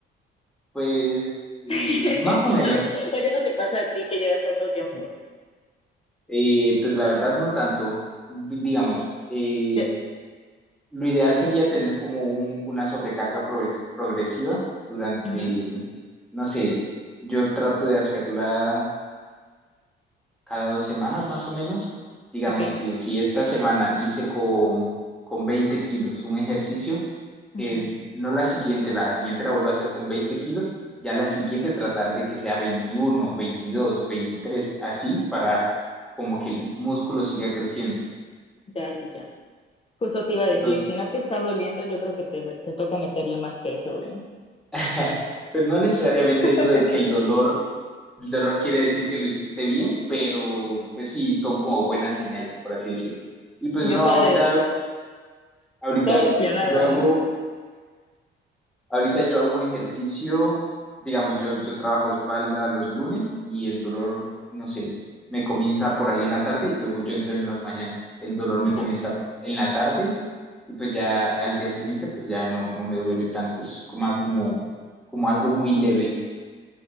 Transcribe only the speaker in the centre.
Pues eh,
más o menos.
Eh, pues la verdad no tanto. D- Digamos, eh,
lo ideal sería tener como un- una sobrecarga proves- progresiva durante,
no sé, yo trato de hacerla cada dos semanas más o menos. Digamos
que si esta semana hice con, con 20 kilos un ejercicio,
que no la siguiente, la siguiente la vuelvo a hacer con 20 kilos, ya la siguiente tratar de que sea 21 22 23 así para como que el músculo siga creciendo.
Entonces,
<laughs> pues no necesariamente
eso de que el dolor, el dolor quiere decir que lo hiciste bien, pero pues sí, son como buenas señales, por así decirlo. Y pues
no,
ahorita,
ahorita
yo hago,
ahorita yo hago un ejercicio, digamos, yo, yo trabajo espalda los lunes y el dolor, no sé, me comienza por ahí en la tarde, yo, voy- yo entreno en las mañanas, el dolor me
comienza en la tarde y pues ya al día siguiente pues ya no, no me duele tanto, es como, más como, como algo muy leve.